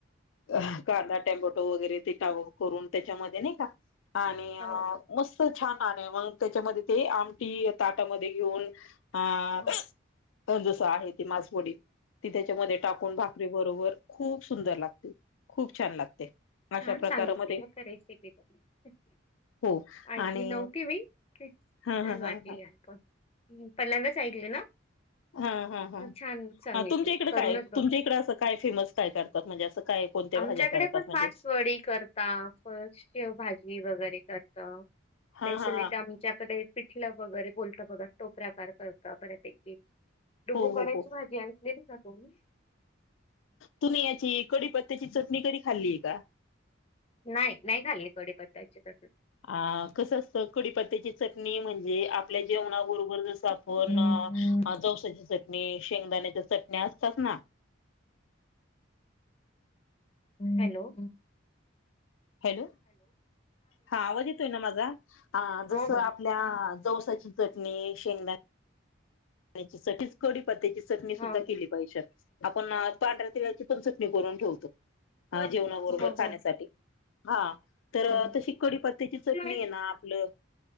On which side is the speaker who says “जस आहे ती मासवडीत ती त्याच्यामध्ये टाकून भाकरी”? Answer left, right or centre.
Left